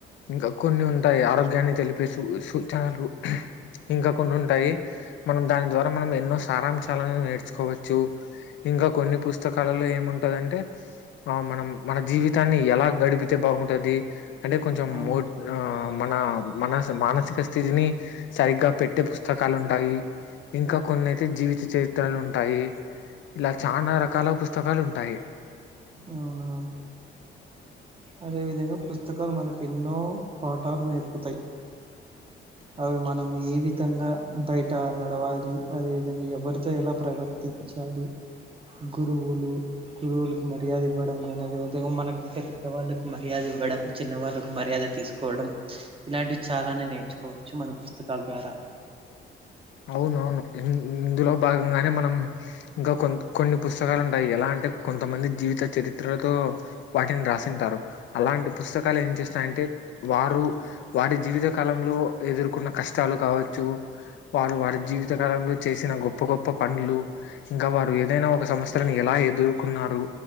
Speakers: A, on the left; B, on the right.
A: ఇంకా కొన్ని ఉంటాయి ఆరోగ్యాన్ని తెలిపే సూ సూచనలు ఇంకా కొన్ని ఉంటాయి మనం దాని ద్వారా మనం ఎన్నో సారాంశాలను నేర్చుకోవచ్చు ఇంకా కొన్ని పుస్తకాలలో ఏముంటదంటే ఆ మనం మన జీవితాన్ని ఎలా గడిపితే బాగుంటది అంటే కొంచెం
B: అవును
A: మో ఆ మన మన మానసిక స్థితిని సరిగ్గా పెట్టే పుస్తకాలు ఉంటాయి ఇంకా కొన్నైతే జీవిత చరిత్రలు ఉంటాయి ఇలా చనా రకాల పుస్తకాలు ఉంటాయి
B: అవునా అదే విధంగా పుస్తకాలు మనకు ఎన్నో పాఠాలు నేర్పుతాయి అవి మనం ఏ విధంగా బయట నడవాలి అదే విధంగా ఎవరితో ఎలా ప్రవర్ తించాలి గురువులు గురువులకి మర్యాద ఇవ్వడం కానీ అదే విధంగా మనకంటే పెద్ద వాళ్ళలకు మర్యాద ఇవ్వడం చిన్న వాళ్ళలకు మర్యాద తీసుకోవడం ఇలాంటివి చాలానే నేర్చుకోవచ్చు మ న పుస్తకాల ద్వారా
A: అవునవును ఇందులో భాగంగానే మనం ఇంకా కొన్ కొన్ని పుస్తకాలు ఉంటాయి ఎలాం టే కొంతమంది జీవిత చరిత్రలతో వాటిని రాసింటారు అలాంటి పుస్తకాలు ఏం చేస్ సంటే వారు వారి జీవితకాలంలో ఎదుర్కొన్న కష్టాలు కావచ్చు వారు వారి జీవితకాలంలో చేసిన గొప్ప గొప్ప పనులు ఇంకా వారు ఏదైనా ఒక సమస్యలను ఎలా ఎదుర్కున్నారు